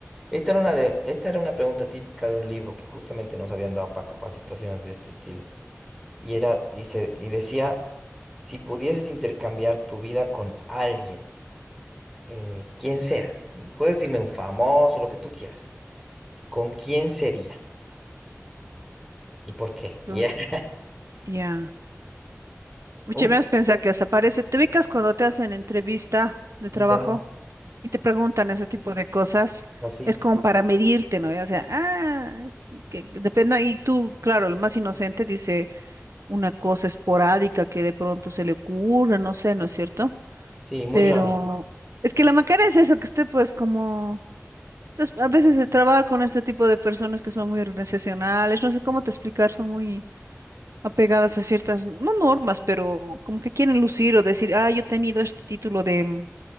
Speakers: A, in the centre; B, on the right.
A: esta era una de, esta era una pregunta típica de un libro que justamente nos habían dado para capacitaciones de este estilo y era y se y decía, si pudieses intercambiar tu vida con alguien, eh, quien sea, y puedes decirme un famoso, lo que tú quieras, ¿con quién sería y por qué?
B: Pero,
A: Ya, <laughs>
B: Ya. Oye,
A: Uh,
B: me pensar que hasta parece, te ubicas cuando te hacen entrevista de trabajo
A: ya,
B: y te preguntan ese tipo de cosas,
A: así,
B: es como para medirte, ¿no? O sea, ah, es que depende, y tú, claro, el más inocente dice una cosa esporádica que de pronto se le ocurre, no sé, ¿no es cierto?
A: sí, muy
B: Pero
A: raro,
B: es que la macana es eso, que esté pues como... Entonces, a veces de trabajar con este tipo de personas que son muy organizacionales, no sé cómo te explicar, son muy apegadas a ciertas, no normas, pero como que quieren lucir o decir, ah, yo he tenido este título de mm,